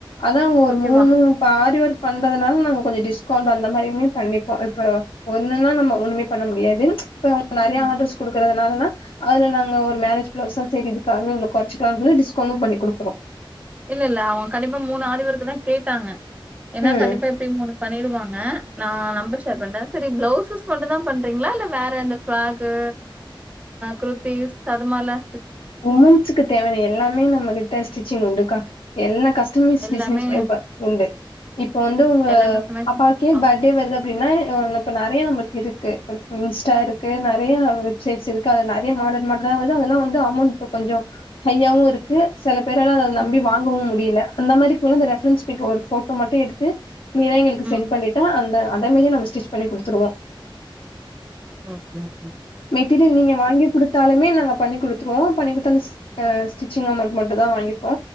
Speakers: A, on the left; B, on the right.
A: அதா அவுங்க ஒரு
B: ஓகேவா
A: மூணு ப்ப ஆரி ஒர்க் பண்றதுனால நாங்க கொஞ்சொ டிஸ்கவுண்ட் அந்த மாரியுமே பண்ணிப்போ இப்ப ஒண்ணுன்னா நம்ம ஒண்ணுமே பண்ண முடியாது இப்ப அவுங்க நறையா
B: ம்
A: ஆர்டர்ஸ் குடுக்குறதுனாலதா அதுல நாங்க ஒரு மேரேஜ் ப்ளவுஸ்ஸா செரி இதுக்காகவே இவ்ளோ கொறச்சிக்லா டிஸ்கவுண்டும் பண்ணி குடுக்குறோ
B: இல்ல இல்ல அவுங்க கண்டிப்பா மூணு ஆரிவொர்க்கு தா கேட்டாங்க ஏன்னா
A: ம்
B: கண்டிப்பா எப்டி மூணு பண்ணிடுவாங்க நா நம்பர் ஷேர் பண்றே சரி பிளவுசஸ் மட்டு தா பண்றீங்களா இல்ல வேற அந்த ஃப்ராக்கு குர்தீஸ் டக் அது மார்லா
A: உமன்ஸ்குக்கு தேவையான எல்லாமே நம்ம கிட்ட ஸ்டிச்சிங் உண்டுக்கா எல்லா கஸ்டமைஸ்ட்
B: எல்லாமே
A: டிசைன்ஸ்மே உண்டு இப்போ வந்து உங்க
B: எல்லா கஸ்டமைஸ்
A: பாப்பாக்கே
B: ஆ
A: பர்த்டே வருத அப்டின்னா இப்ப நிறைய நம்மளுக்கு இருக்கு இன்ஸ்டா இருக்கு நறையா வெப்சைட்ஸ் இருக்கு இப்போ அது நறையா மாடர்ன் மாடர்னா வருது அதெல்லா வந்து இப்போ அமௌண்ட் கொஞ்சோ ஹையாவு இருக்கு சில பேரால அத
B: ம்,
A: நம்பி வாங்கவு முடியல அந்த மாதிரி குள்ளத ரெஃப்ரன்ஸ் பிக்க ஒரு போட்டோ மட்டு எடுத்து கிளியரா எங்களுக்கு
B: ம்.
A: சென்ட் பண்ணிட்டா அந்த அத மேரி நம்ம ஸ்டிச் பண்ணி கொடுத்துருவோ
B: ஓகே, ஓகே.
A: மெட்டீரியல் நீங்க வாங்கி கொடுத்தாலுமே நாங்க பண்ணிக்குடுத் சுத்துருவோ பண்ணி குடுத்தாலு ஸ்டிச் ஸ்டிச்சிங் அமௌண்ட் மட்டு தா வாங்கிப்போ